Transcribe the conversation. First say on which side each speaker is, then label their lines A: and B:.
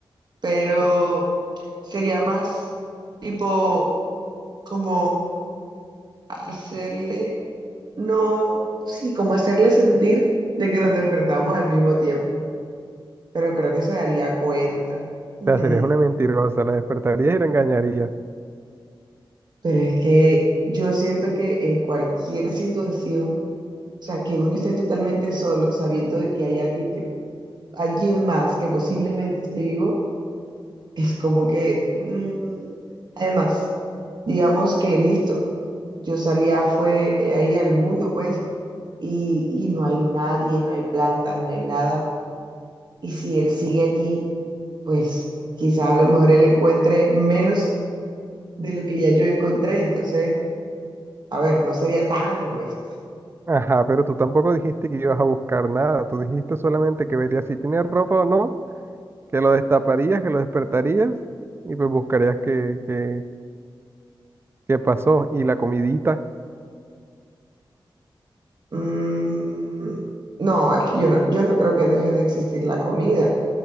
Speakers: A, on the right; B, on the right.
A: pero sería más tipo como hacerle, no, sí, como hacerle sentir de que nos despertamos al mismo tiempo, pero creo que se daría cuenta. Mm,
B: O sea, serías una mentirosa, la despertarías y la engañarías.
A: Pero es que yo siento que en cualquier situación, o sea, que uno esté totalmente solo, sabiendo de que hay alguien que alguien más que posiblemente esté vivo, es como que, mm, además, digamos que listo, yo salía fue eh, ahí al mundo, pues, y, y no hay nadie, no hay planta, no hay nada. Y si él sigue allí, pues quizás a lo mejor él encuentre menos de lo que ya yo encontré. Entonces, a ver, no sería tan egoísta.
B: Ajá, pero tú tampoco dijiste que ibas a buscar nada. Tú dijiste solamente que verías si tiene ropa o no, que lo destaparías, que lo despertarías y pues buscarías qué, qué, qué pasó. Y la comidita,
A: Mm, no, es que yo no, yo no creo que deje de existir la comida,